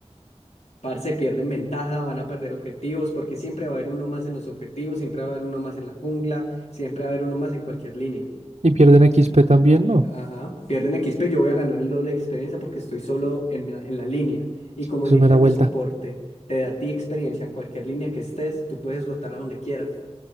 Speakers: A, on the left; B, on the right.
A: parce, pierden ventaja, van a perder objetivos, porque siempre va a haber uno más en los objetivos, siempre va a haber uno más en la jungla, siempre va a haber uno más en cualquier línea.
B: Y pierden X P también, ¿no?
A: Ajá, pierden XP, yo voy a ganar el doble de experiencia porque estoy solo en, la- en la línea. Y como
B: Eso
A: el ítem
B: es mera vuelta.
A: de soporte te da a ti experiencia en cualquier línea que estés, tú puedes rotar a donde quieras.